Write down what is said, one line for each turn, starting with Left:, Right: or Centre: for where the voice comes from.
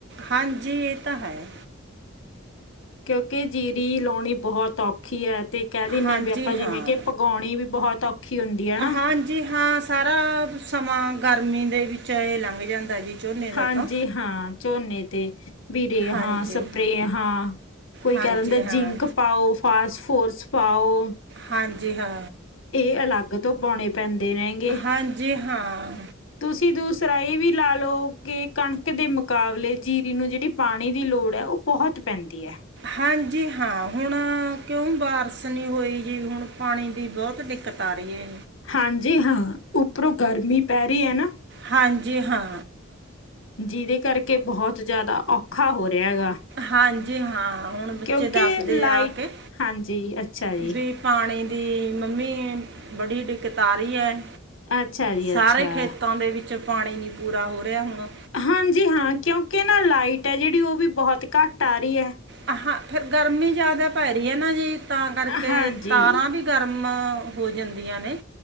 Right: ਹਾਂਜੀ ਇਹ ਤਾਂ ਹੈ।
Left: ਕਿਉਂਕਿ ਜੀਰੀ ਲਾਉਣੀ ਬਹੁਤ ਔਖੀ ਹੈ ਤੇ ਕਹਿ ਦਿੰਦੇ
Right: ਹਾਂਜੀ
Left: ਹ ਵੀ ਆਪਾਂ ਜਿਵੇਂ
Right: ਹਾਂ
Left: ਕਿ ਪਕਾਉਣੀ ਵੀ ਬਹੁਤ ਔਖੀ ਹੁੰਦੀ ਹੈ ਨਾ
Right: ਹਾਂਜੀ ਹਾਂ ਸਾਰਾ ਸਮਾਂ ਗਰਮੀ ਦੇ ਵਿੱਚ ਇ ਲੰਘ ਜਾਂਦਾ ਜੀ। ਝੋਨੇ ਦਾ
Left: ਹਾਂਜੀ
Right: ਤਾਂ
Left: ਹਾਂ ਝੋਨੇ ਤੇ ਬਰੇ
Right: ਹਾਂਜੀ
Left: ਹਾਂ, ਸਪਰੇ ਹਾਂ। ਕੋਈ
Right: ਹਾਂਜੀ
Left: ਕਹਿ ਦਿੰਦਾ
Right: ਹਾਂ
Left: ਜਿੰਕ ਪਾਓ ਫਾਸਟ ਫੋਰਸ ਪਾਓ
Right: ਹਾਂਜੀ ਹਾਂ
Left: ਇਹ ਅਲੱਗ ਤੋਂ ਪਾਉਣੇ ਪੈਂਦੇ ਰਹਿਗੇ
Right: ਹਾਂਜੀ ਹਾਂ
Left: ਤੁਸੀਂ ਦੂਸਰਾਏ ਵੀ ਲਾ ਲਓ ਕਿ ਕਣਕ ਦੇ ਮੁਕਾਬਲੇ ਜੀਰੀ ਨੂੰ ਜਿਹੜੀ ਪਾਣੀ ਦੀ ਲੋੜ ਹੈ ਉਹ ਬਹੁਤ ਪੈਂਦੀ ਹੈ।
Right: ਹਾਂਜੀ ਹਾਂ ਹੁਣ ਕਿਉਂ ਬਾਰਿਸ਼ ਨਹੀਂ ਹੋਈ ਜੀ ਹੁਣ ਪਾਣੀ ਦੀ ਬਹੁਤ ਦਿੱਕਤ ਆ ਰਹੀ
Left: ਹਾਂਜੀ ਹਾਂ ਉੱਪਰੋਂ ਗਰਮੀ ਪੈ ਰਹੀ ਹੈ ਨਾ
Right: ਹਾਂਜੀ ਹਾਂ
Left: ਜਿਹਦੇ ਕਰਕੇ ਬਹੁਤ ਜ਼ਿਆਦਾ ਔਖਾ ਹੋ ਰਿਹਾ ਹੈਗਾ
Right: ਹਾਂਜੀ ਹਾਂ ਹੁਣ ਬੱਚੇ
Left: ਕਿਉਂਕਿ
Right: ਦੱਸਦੇ
Left: ਲਾਈਟ
Right: ਆ ਆ ਕੇ
Left: ਹਾਂਜੀ ਅੱਛਾ ਜੀ,
Right: ਵੀ ਪਾਣੀ ਦੀ ਮੰਮੀ ਬੜੀ ਦਿੱਕਤ ਆ ਰਹੀ ਹੈ।
Left: ਅੱਛਾ ਜੀ
Right: ਸਾਰੇ
Left: ਅੱਛਾ।
Right: ਖੇਤਾਂ ਦੇ ਵਿੱਚ ਪਾਣੀ ਨੀ ਪੂਰਾ ਹੋ ਰਿਹਾ ਹੁਣ।
Left: ਹਾਂਜੀ ਹਾਂ ਕਿਉਂਕਿ ਨਾ ਲਾਈਟ ਹੈ ਜਿਹੜੀ ਉਹ ਵੀ ਬਹੁਤ ਘੱਟ ਆ ਰਹੀ ਹੈ।
Right: ਹ ਹਾਂ ਫਿਰ ਗਰਮੀ ਜ਼ਿਆਦਾ ਪੈ ਰਹੀ ਹੈ ਨਾ ਜੀ ਤਾਂ ਕਰਕੇ
Left: ਹਾਂਜੀ,
Right: ਤਾਰਾਂ ਵੀ ਗਰਮ ਹੋ ਜਾਂਦੀਆਂ ਨੇ